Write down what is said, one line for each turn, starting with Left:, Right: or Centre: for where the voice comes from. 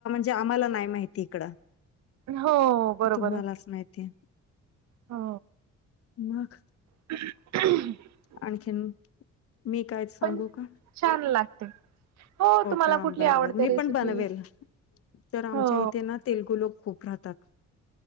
Left: ते आम्हाला नाही माहिती इकड
Right: हो बरोबर
Left: तुम्हालाच माहिती.
Right: हो
Left: मग?
Right: <inaudible>
Left: आणखीन मी कायच सांगू
Right: पण
Left: का?
Right: छान लागते. हो तुम्हाला
Left: का
Right: कुठली
Left: बर
Right: आवडते
Left: बर मी
Right: रेसिपी
Left: पण बनवेल तर आमच्या
Right: हो.
Left: इथे ना तेलगु लोक खूप राहतात.